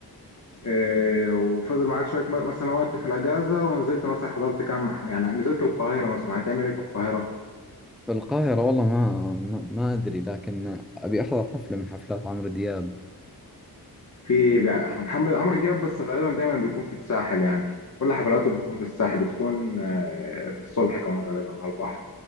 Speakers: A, on the left (about 45°); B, in the centre.
A: آه، وفضل معاك شوية م- مثلا وقت في الأجازة ونزلت مثلا حضرت كام ح- يعني نزلت القاهرة مثلا هتعمل ايه في القاهرة؟
B: في القاهرة والله ما ما ما أدري لكن أبي أحضر حفلة من حفلات عمرو دياب
A: في بع- عمرو عمرو دياب بس غالبا دايما بيكون في الساحل يعني كل حفلاته بتكون في الساحل بتكون آه، في الصبح كمان غالبا على البحر